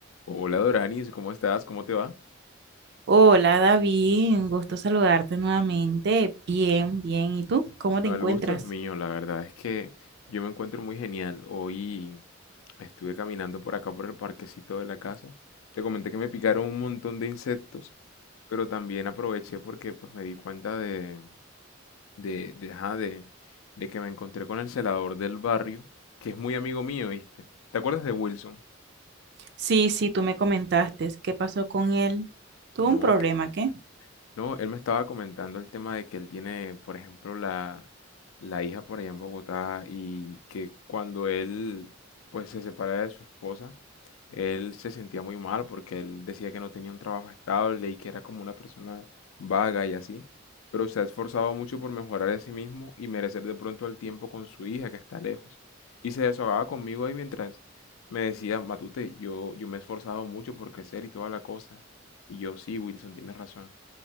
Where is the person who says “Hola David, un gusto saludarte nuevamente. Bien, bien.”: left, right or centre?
Right